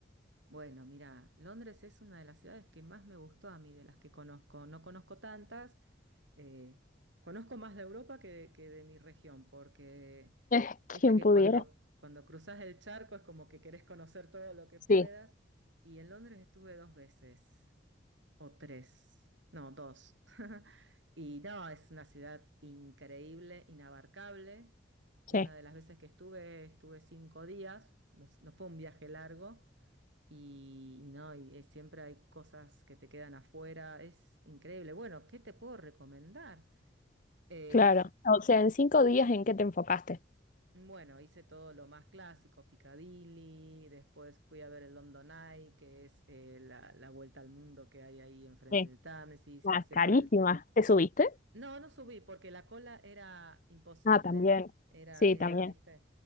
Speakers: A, on the right; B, on the left.
A: Bueno, mira, Londres es una de las ciudades que más me gustó a mí, de las que conozco. No conozco tantas, eh, conozco más de Europa que de, que de mi región, porque
B: Eh,
A: viste
B: ¿Quién
A: que
B: pudiera?
A: cuando, cuando cruzas el charco es como que querés conocer todo lo que
B: Sí,
A: puedas. Y en Londres estuve dos veces. o tres, no, dos. <laughs> Y no, es una ciudad increíble, inabarcable. Una
B: Sí,
A: de las veces que estuve, estuve cinco días, no, s- no fue un viaje largo. Y, y no, y, eh, siempre hay cosas que te quedan afuera, es increíble. Bueno, ¿qué te puedo recomendar? Eh,
B: claro. O sea, en cinco días, ¿en qué te enfocaste?
A: bueno, hice todo lo más clásico, Piccadilly, después fui a ver el London Eye, que es eh, la, la vuelta al mundo que hay ahí enfrente
B: Sí.
A: del Támesis,
B: Ah,
A: pasé
B: carísima.
A: por el
B: ¿Te subiste?
A: No, no subí porque la cola era imposible.
B: Ah, también.
A: Era,
B: Sí,
A: era,
B: sí, también.
A: viste.